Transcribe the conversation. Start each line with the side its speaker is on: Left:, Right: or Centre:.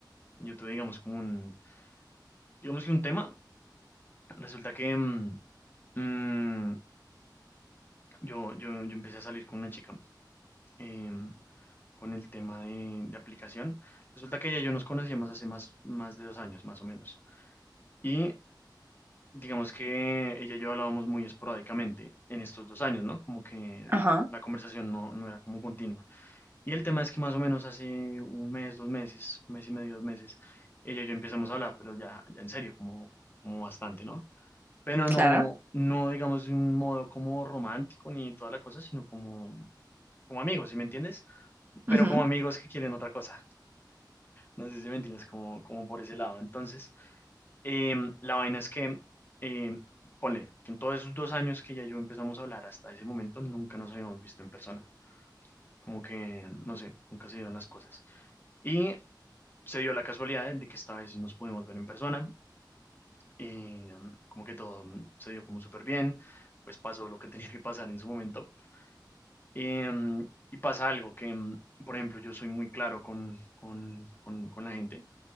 Left: Yo tuve, digamos, como un, digamos que un tema, resulta que em, mm, yo, yo, yo empecé a salir con una chica em, con el tema de, de aplicación. Resulta que ella y yo nos conocíamos hace más, más de dos años, más o menos. Y digamos que ella y yo hablábamos muy esporádicamente en estos dos años, ¿no? Como que
Right: Ajá,
Left: la conversación no, no era como continua. Y el tema es que más o menos hace un mes, dos meses, mes y medio, dos meses, ella y yo empezamos a hablar, pero ya, ya en serio, como, como bastante, ¿no? Pero
Right: claro.
Left: no, no digamos de un modo como romántico ni toda la cosa, sino como, como amigos, ¿sí me entiendes? Pero
Right: ujú,
Left: como amigos que quieren otra cosa. No sé si me entiendes, como, como por ese lado. Entonces, Em, la vaina es que, em, ponle, que en todos esos dos años que ya yo empezamos a hablar hasta ese momento, nunca nos habíamos visto en persona. Como que, no sé, nunca se dieron las cosas. Y se dio la casualidad de que esta vez sí nos pudimos ver en persona. Y em, como que todo em, se dio como súper bien. Pues pasó lo que tenía que pasar en su momento. Em, y pasa algo que, em, por ejemplo, yo soy muy claro con, con, con, con la gente.